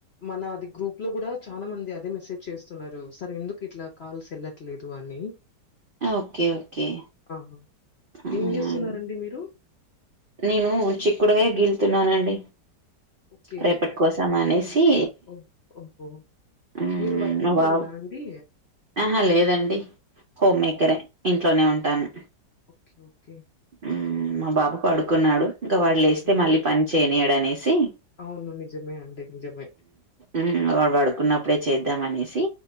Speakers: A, on the left; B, on the right.
A: మన అది గ్రూప్ లో కూడా చాలా మంది అదే మెసేజ్ చేస్తున్నారు సార్ ఎందుకు ఇట్లా కాల్స్ వెళ ట్లేదు అని
B: ఓకే ఓకే
A: ఆహా
B: అవునా
A: ఏం చేస్తున్నారండి
B: అండి
A: మీరు
B: నేను చిక్కుడుగాయ గీలుతున్నానండి
A: ఓకే.
B: రేపటి కోసం అనేసి
A: ఓహ్! ఓహో!
B: మ్మ్,
A: మీరు వర్కింగ్
B: మా బాబు
A: ఉమెన్ ఆ అండి
B: ఆహా లేదండి హోమ్ మేకరే ఇంట్లోనే ఉంటాను
A: ఓకే ఓకే
B: ఊ మా బాబు పడుకున్నాడు ఇంకా వాడు లేస్తే
A: హ్మ్.
B: మళ్ళీ పన్ చేయనీయడనేసి
A: అవును నిజమే అండి నిజమే
B: ఊ వాడు పడుకున్నప్పుడే చేద్దాం అనేసి